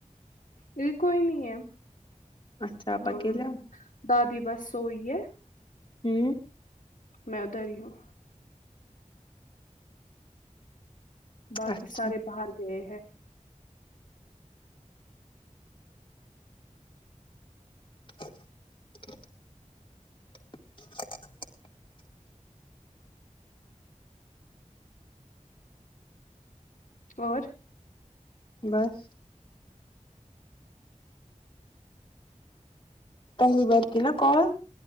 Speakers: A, on the left; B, on the left.
A: ادھر کوئی نہیں ہے
B: اچھا آپ
A: ہاں
B: اکیلے ہو
A: دادی بس سوئی ہے
B: ہوں
A: میں ادھر ہی ہوں باقی
B: اچھا
A: سارے باہر گئے ہیں
B: <inaudible> <inaudible>
A: اور
B: بس پہلی بار کی نا کال